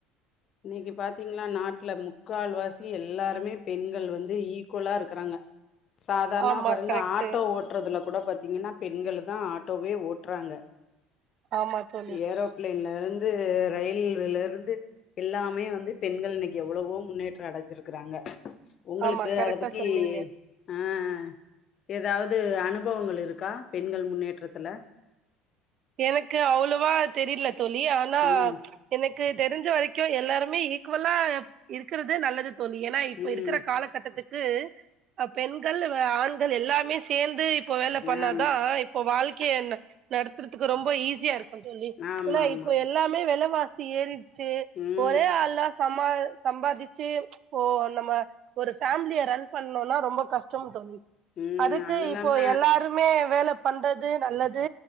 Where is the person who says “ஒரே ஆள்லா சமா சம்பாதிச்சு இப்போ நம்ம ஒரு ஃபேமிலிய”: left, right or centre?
Right